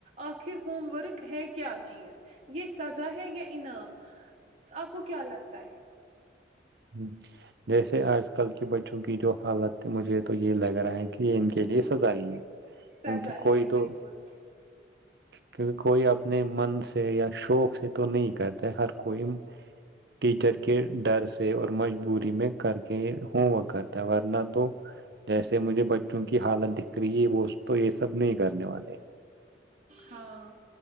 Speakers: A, on the right; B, on the right.
A: آخر ہوم ورک ہے کیا چیز یہ سزا ہے یا انعام آپ کو کیا لگتا ہے
B: ہ جیسے آج کل کے بچوں کی جو حالت ہے مجھے تو یہ لگ رہا ہے کہ ان کے لیے سزا ہی ہے
A: سزا
B: کیونکہ کوئی
A: ہی ہے
B: تو
A: بالکل
B: کیونکہ کوئی اپنے من سے یا شوق سے تو نہیں کرتا ہر کوئی ٹیچر کے ڈر سے اور مجبوری میں کر کے ہوم ورک کرتا ہے ورنہ تو جیسے مجھے بچوں کی حالت دکھ رہی ہے وہ تو یہ سب نہیں کرنے والے
A: ہاں